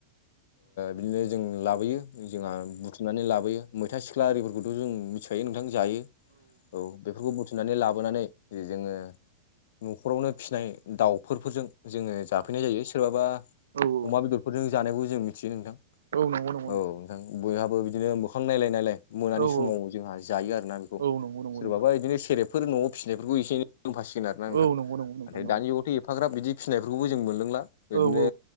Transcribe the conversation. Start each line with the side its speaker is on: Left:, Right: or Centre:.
Left: बिदिनो जों लाबोयो जोंहा बुंथ' सुनानै लाबोयो मैथा सिख्ला आरिफोरखौथ' जों मिथिखायो नोंथां जायो। औ बेफोरखौथि फिनानै लाबोनानै जोंङो न'खरावनो फिसिनाय दाउफोरफोरजों जोंङो जाफैनाय जायो। सोरबाबा अमा
Right: औ
Left: बेदरफोरजों जानायखौ जों मिथियो नोंथां।
Right: औव नंगौ।
Left: औ नोंथां बयहाबो बिदिनो मोखां नायलायनायलाय मोनानि
Right: औ
Left: समाव
Right: औ
Left: जोंहा जायो। आरोना बेखौ
Right: औ नंगौ नंगौ
Left: सोरबाबा
Right: नोंथां
Left: बिदिनो सेरेबफोर न'आव फिसिनायफोरखौ एसे एनै लोंफासिगोन आरो ना नोंथां
Right: औ
Left: नमफ्राय
Right: नंगौ नंगौ नोंथां नंगौ
Left: दानि जुगावथ' एफाग्राब बिदि फिसिनायफोरखौबो जों मोनलोंला बिदिनो
Right: औ औ